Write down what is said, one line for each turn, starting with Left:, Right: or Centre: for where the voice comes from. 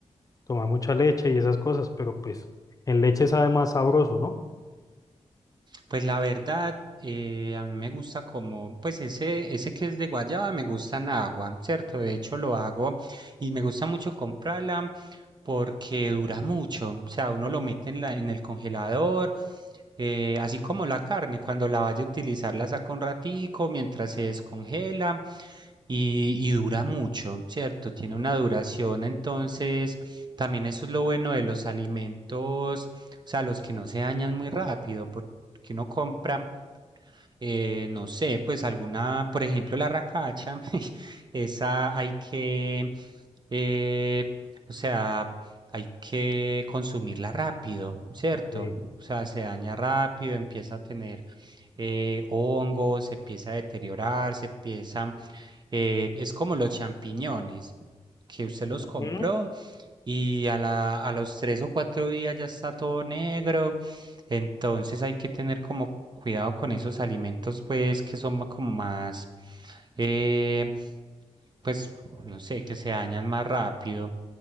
Left: tomar mucha leche y esas cosas, pero pues en leche sabe más sabroso, ¿no?
Right: Pues la verdad, eh, a mí me gusta como, pues ese, ese que es de guayaba me gusta en agua, ¿cierto? De hecho lo hago y me gusta mucho comprarla porque dura mucho. O sea, uno lo mete en la, en el congelador, eh, así como la carne, cuando la vaya a utilizar la saca un ratico mientras se descongela y, y dura mucho, ¿cierto? Tiene una duración entonces también eso es lo bueno de los alimentos, o sea, los que no se dañan muy rápido, porque uno compra, eh, no sé, pues alguna, por ejemplo, la racacha, <laughs> esa hay que, eh, o sea, hay que consumirla rápido, ¿cierto?
Left: Sí.
Right: O sea, se daña rápido, empieza a tener eh, hongos, se empieza a deteriorar, se empieza, eh, es como los champiñones, que usted los
Left: Ujú.
Right: compró y a la, a los tres o cuatro días ya está todo negro. Entonces hay que tener como cuidado con esos alimentos, pues, que son ma- como más, eh, pues, no sé, que se dañan más rápido.